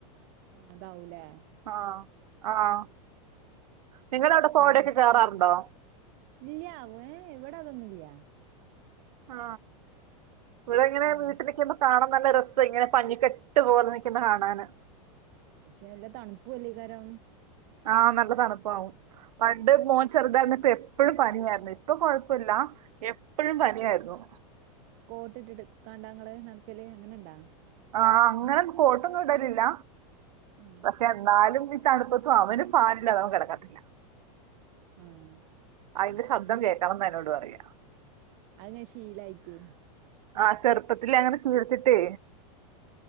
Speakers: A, on the right (about 40°); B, on the right (about 85°).
A: ആഹ് അതാവൂലേ
B: ആഹ് ആഹ് നിങ്ങടെ അവിടെ കോടയെക്കെ
A: കാറ്റൊക്കെ
B: കേറാറുണ്ടോ?
A: ഇല്ല ഏ ഇവിടതൊന്നും ഇല്ല
B: ആ ഇവിടെ ഇങ്ങനെ
A: ആനെ
B: വീട്ടിലെക്കെ ആവുമ്പം കാണു ൻ നല്ല രസാ ഇങ്ങനെ പഞ്ഞിക്കെട്ട് പോലെ നിക്കുന്ന കാണാന്
A: ഷെ നല്ല തണുപ്പ് പ്പു <unintelligible> കാരം
B: ആ നല്ല തണുപ്പാവും, പണ്ട് മോൻ ചെറുതായിരുന്നിപ്പം എപ്പഴും പനിയായിരുന്നു, ഇപ്പൊ കൊഴപ്പയില്ല എപ്പഴും പനിയായിരുന്നു.
A: കോട്ട് ഇട്ടിട്ട് കാണ്ടാ ഇങ്ങള് നടക്കല് അങ്ങനെ ഇണ്ടാ
B: ആഹ് അങ്ങനെ കോട്ടൊന്നും ഇടലില്ല
A: ആഹ്
B: പക്ഷെ എന്നാലും ഈ തണുപ്പത്തും അവനു ഫാനില്ലാത അവൻ കെടക്കത്തില്ല
A: ആഹ്
B: അതിന്റെ ശബ്ദം കേക്കണെന്നാ എന്നോട് പറയാ.
A: അതങ്ങനെ ശീലായിറ്റ്
B: ആ ചെറുപ്പത്തിലെ അങ്ങനെ ശീലിച്ചിട്ടെ